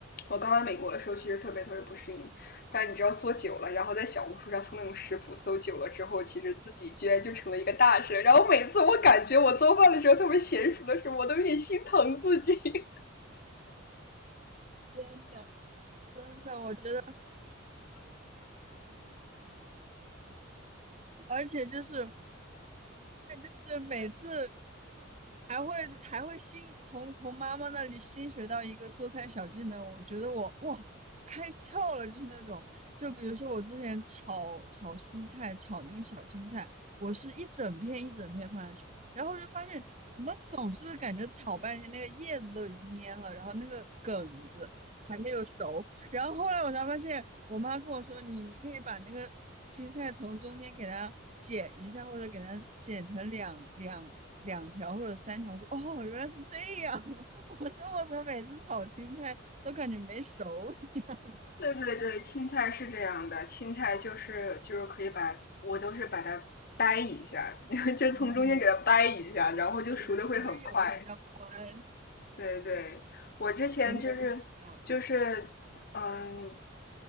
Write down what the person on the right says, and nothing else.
真的真的，我觉得，而且就是。就是每次还会还会新从从妈妈那里新学到一个做菜小技能，我觉得我哇开窍了，就是那种，就比如说我之前炒炒蔬菜，炒那个小青菜，我是一整片一整片放下去，然后就发现怎么总是感觉炒半天那个叶子都已经蔫了，然后那个梗子还没有熟，然后后来我才发现，我妈跟我说，你你可以把那个青菜从中间给它剪一下，或者给它剪成两两两条或者三条。我说哦，原来是这样。<laughs> 我说我怎么每次炒青菜都感觉没熟一样？
嗯，
对对对，因为有的比较宽，
真的是学到了。